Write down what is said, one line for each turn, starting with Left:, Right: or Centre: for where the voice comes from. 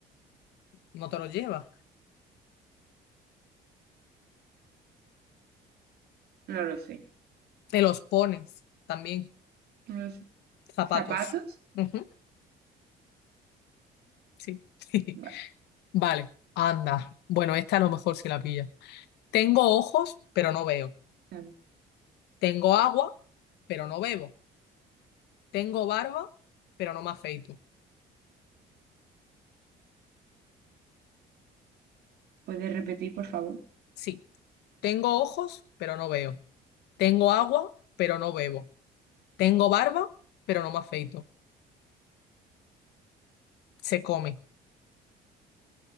Left: No te los lleva.
Right: No lo sé,
Left: Te los pones también,
Right: no lo sé.
Left: zapatos.
Right: ¿Zapatos?
Left: Ujú. Sí. <laughs>
Right: Vale,
Left: Vale, anda. Bueno, esta a lo mejor si la pilla. Tengo ojos, pero no veo.
Right: a ver.
Left: Tengo agua, pero no bebo. Tengo barba, pero no me afeito.
Right: ¿Puedes repetir, por favor?
Left: Sí. Tengo ojos, pero no veo. Tengo agua, pero no bebo. Tengo barba, pero no me afeito. Se come.